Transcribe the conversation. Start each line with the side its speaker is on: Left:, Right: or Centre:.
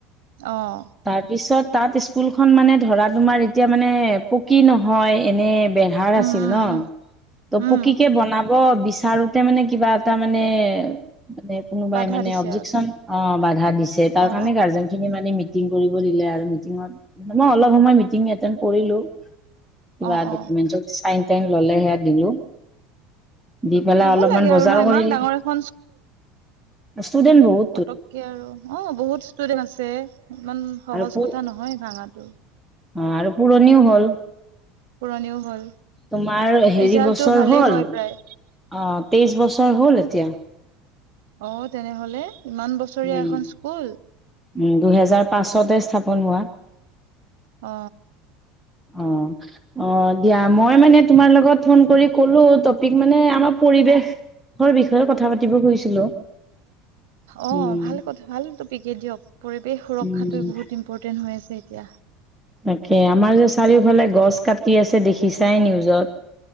Right: অ'।
Centre: তাৰপিছত তাত স্কুলখন মানে ধৰা তোমাৰ, এতিয়া মানে পকী নহয়, এনে বেঢ়াৰ
Right: উম
Centre: আছিল
Right: উম
Centre: ন,
Right: উম
Centre: ত'
Right: উম,
Centre: প কি কে বনাব বিচাৰোতে মানে, কিবা এটা মানে, মানে কোনোবাই
Right: বাধা
Centre: মানে
Right: দিছে
Centre: অবজেকচন
Right: আৰু
Centre: অ' বাধা দিছে। তাৰ
Right: অ,
Centre: কাৰণে গাৰ্জেন খিনি মানে মি টিং কৰিব দিলে আৰু মিটিঙত, মানে অলপ সময় মিটিং এটেণ্ড কৰিলোঁ। কিবা
Right: অ,
Centre: ডকুমেন্টচত
Right: অ,
Centre: চাইন টাইন ললে সেয়া দিলো দি পেলাই
Right: দিব
Centre: অলপমান
Right: লাগে
Centre: বজাৰ
Right: আৰু ন ইমান
Centre: কৰিলো
Right: ডাঙৰ এখন
Centre: ষ্টুডেন্ট বহুত
Right: পটককে আৰু অ বহুত ষ্টুডেণ্ট আছে ইমান সহজ
Centre: আৰু পু
Right: কথা নহয় ভাঙাটো
Centre: অ আৰু পুৰণিও হ'ল
Right: পুৰণি ও হ'ল
Centre: তোমাৰ হেৰি
Right: ৰিজাল্টটো
Centre: বছৰ
Right: ভালেই
Centre: হ'ল
Right: হয়
Centre: অ
Right: প্ৰায়
Centre: তেইছ বছৰ হ'ল এতিয়া
Right: অ তেনেহলে ইমান বছৰীয়া
Centre: উম
Right: এখন স্কুল
Centre: উম দুহেজাৰ পাঁচতে স্থাপন হোৱা
Right: অ
Centre: অ অ দিয়া মই মানে তোমাৰ লগত ফোন কৰি কলো টপিক মানে আমাৰ পৰিৱেশ বিষয়ে কথা পাতিব খুজিছিলো
Right: অ
Centre: উম,
Right: ভাল কথা ভাল টপিক এ দিয়ক পৰিৱেশ সুৰক্ষাটো
Centre: উম।
Right: বহুত ইম্পৰ্টেণ্ট হৈ আছে এতিয়া
Centre: তাকে আমাৰ যে চাৰিওফালে গছ কাটি আছে দেখিছাই নিউজত